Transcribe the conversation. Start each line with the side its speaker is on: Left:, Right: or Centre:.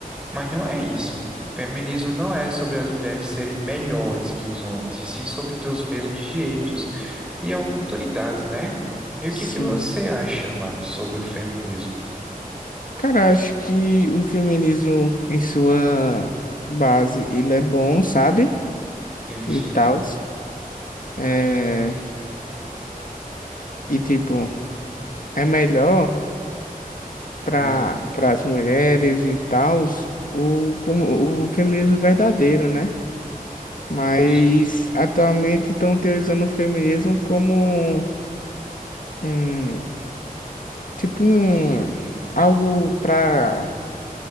Centre: mas não é isso. Feminismo não é sobre as mulheres serem melhores que os homens, e sim sobre ter os mesmos direitos e oportunidades, né? E o
Left: Sim.
Centre: que que você acha, mano, sobre o feminismo?
Left: Cara, acho que o feminismo em sua base, ele é bom, sabe?
Centre: Sim,
Left: E
Centre: sim.
Left: tal. É... E tipo, é melhor para
Centre: Hum,
Left: as mulheres e tal o, como, o feminismo verdadeiro, né? Mas
Centre: com cer-
Left: atualmente estão utilizando o feminismo como um, tipo um, algo para